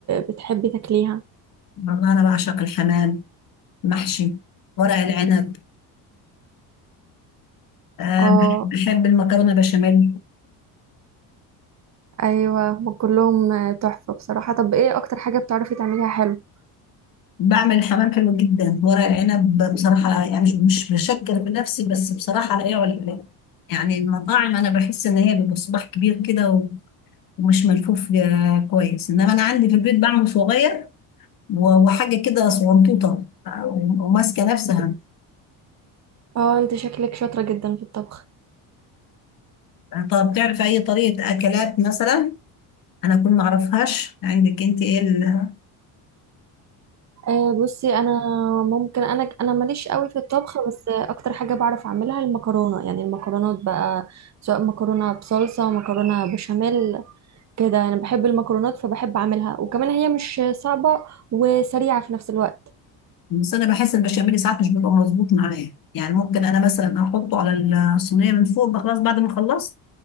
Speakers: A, on the right (about 40°); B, on the left (about 50°).
A: بتحبي تاكليها
B: والله انا بعشق الحمام محشي ورق العنب آه،
A: اه
B: بحب المكرونه بشاميل
A: ايوه هم كلهم آه، تحفه بصراحه طب ايه اكتر حاجه بتعرفي تعمليها حلو
B: بعمل الحمام حلو جدا ورق العنب بصراحه يعني مش مش بشكر بنفسي بس بصراحه لا يعلى عليه يعني المطاعم انا بحس ان هي بيبقى صباح كبير كده و- ومش ملفوف آه، كويس انما انا عندي في البيت بعمل صغير و- وحاجه كده صغنطوطه آه، وماسكه نفسها
A: اه انت شكلك شاطره جدا في الطبخ
B: طب تعرف اي طريقه اكلات مثلا انا اكون ما اعرفهاش عندك انت ايه ال-
A: آه بصي انا ممكن انا انا ماليش قوي في الطبخ بس آه، اكتر حاجه بعرف اعملها المكرونه يعني المكرونات بقى سواء مكرونه بصلصه مكرونه بشاميل كده انا بحب المكرونات فبحب اعملها وكمان هي مش صعبه وسريعه في نفس الوقت
B: بس انا بحس البشاميل ساعات مش بيبقى مظبوط معايا يعني ممكن انا مثلا احطه على الصينيه من فوق بقى خلاص بعد ما خلصت